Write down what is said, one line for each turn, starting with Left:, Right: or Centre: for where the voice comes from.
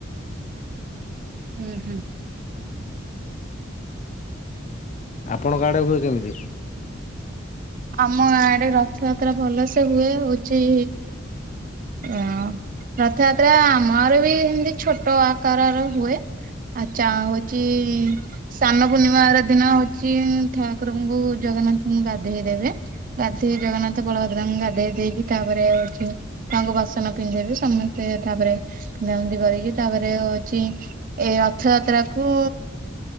Right: ହୁଁ ହୁଁ।
Left: ଆପଣଙ୍କ ଆଡେ ହୁଏ କେମିତି?
Right: ଆମ ଗାଁ ଆଡେ ରଥଯାତ୍ରା ଭଲସେ ହୁଏ ହଉଛି। ଓ ରଥଯାତ୍ରା ଆମର ବି ଏମତି ଛୋଟ ଆକାରର ହୁଏ। ଆଚା ହଉଛି ସାନ ପୂର୍ଣ୍ଣିମାର ଦିନ ହଉଛି ଠାକୁରଙ୍କୁ ଜଗନ୍ନାଥଙ୍କୁ ଗାଧୋଇ ଦେବେ ଗାଧୋଇ ଜଗନ୍ନାଥ ବଳଭଦ୍ରା ଗାଧେଇ ଦେଇକି ତାପରେ ହଉଛି। ତାଙ୍କୁ ବସନ ପିନ୍ଧେଇବେ ସମସ୍ତେ ତାପରେ ପିନ୍ଧାପିନ୍ଧି କରିକି ତାପରେ ହଉଛି ଏ ରଥଯାତ୍ରା କୁ